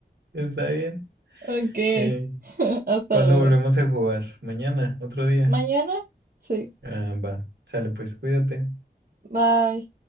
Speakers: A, on the right (about 85°); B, on the right (about 55°).
A: está bien.
B: Ok,
A: Eh,
B: <laughs> hasta
A: ¿cuándo
B: luego.
A: volvemos a jugar? Mañana, otro día.
B: Mañana, sí,
A: Ah, va. Sale, pues cuídate.
B: bye.